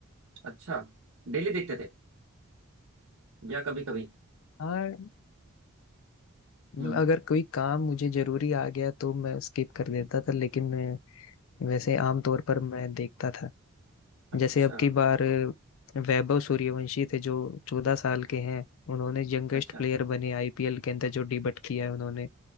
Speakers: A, on the right (about 70°); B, on the left (about 65°).
A: अच्छा डेली देखते थे या कभी कभी
B: हाँ मतलब
A: हम्म
B: अगर कोई काम मुझे जरूरी आ गया तो मैं स्किप कर देता था लेकिन मैं वैसे आमतौर पर मैं देखता था
A: अच्छा
B: जैसे अब की बार अ, वैभव सूर्यवंशी थे जो चौदह साल के हैं उन्होंने यंगेस्ट
A: अच्छा
B: प्लेयर बने आईपीएल के अंदर जो डिबट किया है उन्होंने